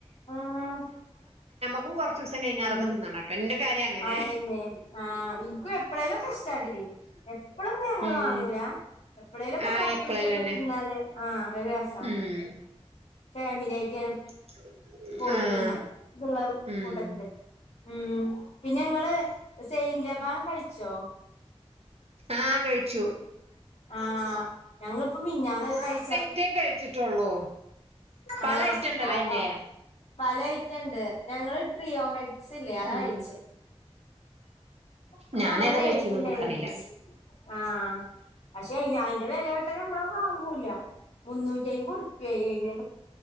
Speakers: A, on the left (about 85°); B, on the right (about 70°).
A: ആഹ്
B: ക്കും കൊറച്ചൂസം കിഴിഞ്ഞാ
A: ഉം
B: അതൊക്കെ തിന്നണട്ട് എന്റെ കാര്യം അങ്ങനെ
A: അയന്നെ ആഹ് ഇൻക്കും എപ്പളേലൊക്കെ ഇഷ്ടാട്ടിരി എപ്പളൊന്നും ഞങ്ങള്
B: ഉം
A: വാങ്ങൂല എപ്പളേലൊക്കെ
B: ആഹ്
A: പൊറത്ത്
B: എപ്പളേലും
A: പോയിട്ടൊക്കെ
B: തന്നെ
A: തിന്നാലേ ആഹ് ഒരു രസാ
B: ഉം
A: ഫാമിലിയായിറ്റെല്ലം
B: <unintelligible>
A: പോയി
B: ആഹ്
A: തിന്നാ <unintelligible>
B: ഉം
A: കൂട്ടത്തില് ഉം പിന്നെ ഇങ്ങള് സെയിൻ ലെബ് ബാൻ കഴിച്ചോ
B: ആഹ് കഴിച്ചു
A: ആഹ് ഞങ്ങളിപ്പം മിഞ്ഞാന്നത് കഴിച്ചാ
B: റ്റെ കഴിച്ചിട്ടുള്ളൂ പല
A: ആഹ്
B: ഐറ്റം ഇണ്ടല്ലോ
A: ആഹ്
B: അയിന്റെ
A: ആഹ് പല ഐറ്റംണ്ട് ഞങ്ങള് ട്രിയോമെക്സ് ഇല്ലേ ആതാ
B: ഉം
A: കഴിച്ചെ അത്
B: ഞാനേതാ
A: നല്ല ടേസ്റ്റ്
B: കഴിച്ചന്ന്
A: ഇണ്ടായിരുന്നു
B: ഒന്നുക്കറിയില്ല
A: <unintelligible> ആഹ് പക്ഷെ അയിന് അയിൻ്റെ വെല കേട്ടാ നമ്മള് വാങ്ങോല്ല മുന്നൂറ്റി അയിമ്പത് ഉറുപ്യ ആയി അയിന്